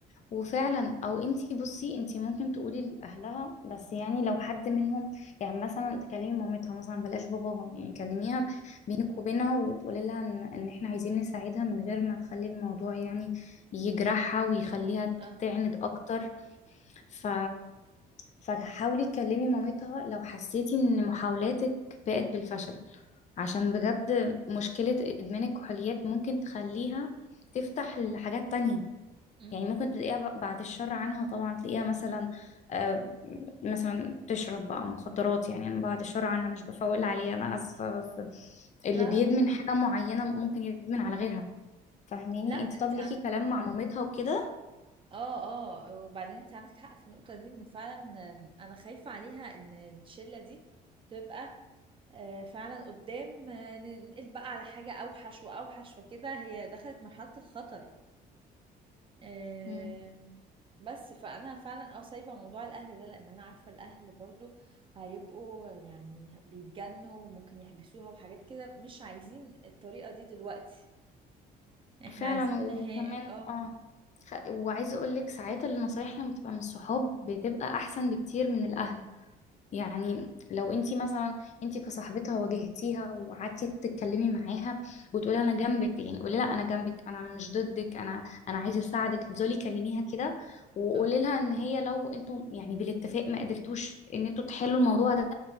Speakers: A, on the left; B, on the right.
A: وفعلا او انتي بصي انتي ممكن تقولي لاهلها بس يعني لو حد منهم يعني مثلا تكلمي مامتها مثلا بلاش باباها يعني كلميها
B: امم
A: بينك وبينها وتقولي لها ان ان احنا عايزين نساعدها من غير ما نخلي الموضوع يعني يجرحها ويخليها
B: اه
A: تعند اكتر ف فحاولي تكلمي مامتها لو حسيتي ان محاولاتك بقت بالفشل عشان بجد مشكلة ادمان الكحوليات ممكن تخليها تفتح لحاجات تانية
B: امم
A: يعني ممكن تلاقيها ب- بعد الشر عنها طبعا تلاقيها مثلا آه، مثلا بتشرب بقى مخدرات يعني انا بعد الشر عنها مش بفول عليها انا اسفه بس اللي
B: لا لا
A: بيدمن حاجه معينه ممكن يدمن على غيرها فاهميني
B: لا
A: انت
B: انت
A: طب ليكي
B: عندك
A: كلام مع مامتها وكده
B: اه اه وبعدين انت عندك حق في النقطة دي ان فعلا آم، انا خايفة عليها ان الشلة دي تبقى آه، فعلا قدام آه، ننقل بقى على حاجة اوحش واوحش فكده هي دخلت مرحلة الخطر آم،
A: مم.
B: بس فانا فعلا اه سايبة موضوع الاهل ده لان انا عارفة الاهل برضو هيبقوا يعني بيتجنوا وممكن يحبسوها وحاجات كده مش عايزين الطريقة دي دلوقتي احنا
A: فعلا
B: عايزين
A: وكمان
B: نهاية اه
A: اه خ- وعايزه اقول لك ساعات النصايح لما بتبقى من الصحاب بتبقى احسن بكتير من الاهل يعني لو انت مثلا انت كصاحبتها واجهتيها وقعدتي تتكلمي معاها وتقولي انا جنبك يعني قولي لها انا جنبك انا مش ضدك انا انا عايزه اساعدك افضلي كلميها كده وقولي
B: اه
A: لها ان هي لو انتوا يعني بالاتفاق ما قدرتوش ان انتوا تحلوا الموضوع ده